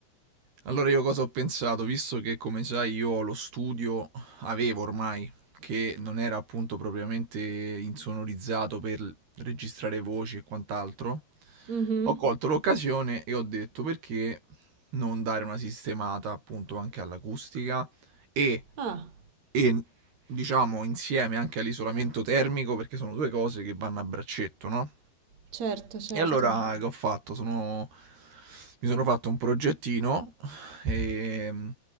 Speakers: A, on the right; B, on the right.
A: Allora io cosa ho pensato? Visto che, come sai, io ho lo studio, avevo ormai Che non era appunto propriamente insonorizzato per registrare voci e quant'altro,
B: Mhm.
A: ho colto l'occasione e ho detto perché non dare una sistemata appunto anche all'acustica e
B: Ah,
A: e diciamo insieme anche all'isolamento termico perché sono due cose che vanno a braccetto, no?
B: certo, certo.
A: E allora che ho fatto? Sono... Mi sono fatto un progettino e mm,